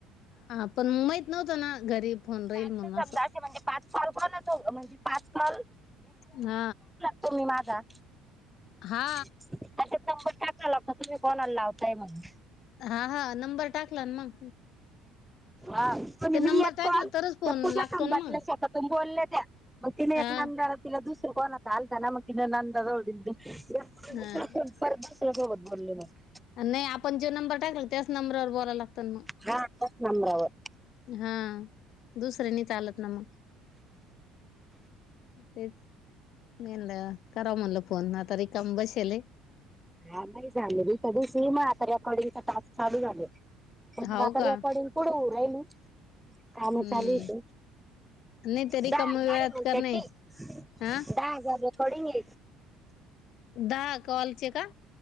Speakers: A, on the left (about 55°); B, in the centre.
A: हा पण माहीत नव्हतं ना घरी फोन राहील
B: चाल
A: म्हणून
B: तर
A: असं
B: समजा असे म्हणजे पाच फॉल कोण असो म्हणजे पाच फॉल
A: ह
B: तुम्ही माझा
A: हा
B: त्यात नंबर टाकला लागता तुम्ही कॉलर लावताय म्हणून
A: हा हा नंबर टाकला मग
B: हा पण
A: ते नंबर
B: मी एक
A: टाकलं
B: कॉल
A: तरच फोन
B: तर पुुझ
A: लागतो
B: काांबटलं
A: ना मग
B: स्वतः तून बोलले त्या्या मग तिने
A: हा
B: एक नबर इला दुसर कोण त आलता न मकिन नंदोड परला
A: हा
B: सोबत बोलले मग
A: नाही आपण जे नंबर टाकला त्याच नंबरवर बोल मग
B: हा त्याच नंबरावर
A: हा दुसऱ्यानी चालत नमा तेच म्हलं करा म्हणल फोन आता रिकाम बसेल आहे
B: हा मा झाले दु दिव सीम आता रकॉर्डिंगचा तास चालू झाले प
A: हाव
B: मग आता
A: का
B: रेकॉर्डिंग पुढ हो रा आहेल
A: हम्म
B: काम चालूच
A: नाही ते रिकाम्या
B: दहा हजार
A: वेळात
B: म्हणते
A: करणे
B: ती दहा
A: हा
B: हजार र थोडी म
A: दहा कॉलचे का